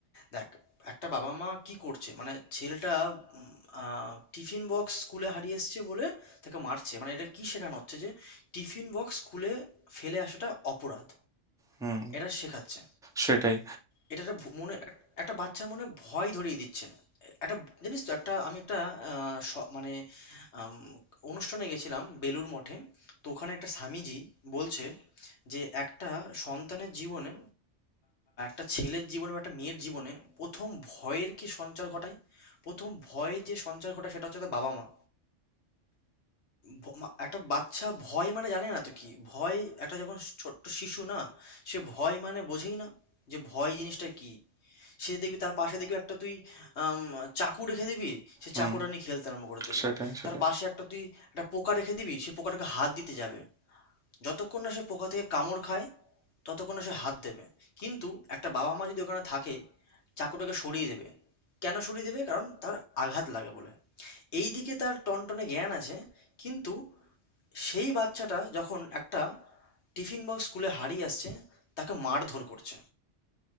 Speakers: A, on the left; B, in the centre.
A: দেখ একটা বাবা মা কি করছে মানে ছেলেটা উম, আহ, টিফিন বক্স স্কুলে হারিয়ে এসছে বলে তাকে মারছে মানে এটা কি শেখানো হচ্ছে যে টিফিন বক্স স্কুলে ফেলে আসাটা অপরাধ
B: হুম
A: এটা শেখাচ্ছে
B: সেটাই
A: এটা একটা ভ- মনে এক- একটা বাচ্চার মনে ভয় ধরিয়ে দিচ্ছে একটা জানিস তো একটা আমি একটা আহ, স- মানে আম, অনুষ্ঠানে গেছিলাম বেলুর মঠে তো ওখানে একটা স্বামীজি বলছে যে একটা সন্তানের জীবনে একটা ছেলের জীবনে বা একটা মেয়ের জীবনে প্রথম ভয়ের কি সঞ্চার ঘটায় প্রথম ভয় যে সঞ্চার ঘটায় সেটা হচ্ছে তার বাবা মা ভ- মা- একটা বাচ্চা ভয় মানে জানে না তো কি ভয় একটা যখন ছোট্ট শিশু না সে ভয় মানে বোঝেই না যে ভয় জিনিসটা কি সে দেখবি তার পাশে দেখবি একটা তুই আম, চাকু রেখে দিবি সে
B: হুম
A: চাকুটা নিয়ে খেলতে আরম্ভ করে দেবে
B: সেটাই সেটাই
A: তার পাশে একটা তুই একটা পোকা রেখে দিবি সে পোকাটাকে হাত দিতে যাবে যতক্ষণ না সে পোকা থেকে কামড় খায় ততক্ষণ না সে হাত দেবে কিন্তু একটা বাবা মা যদি ওখানে থাকে চাকুটাকে সরিয়ে দেবে কেন সরিয়ে দেবে কারণ তার আঘাত লাগে বলে এইদিকে তার টনটনে জ্ঞান আছে কিন্তু সেই বাচ্চাটা যখন একটা টিফিন বক্স স্কুলে হারিয়ে আসছে তাকে মারধর করছে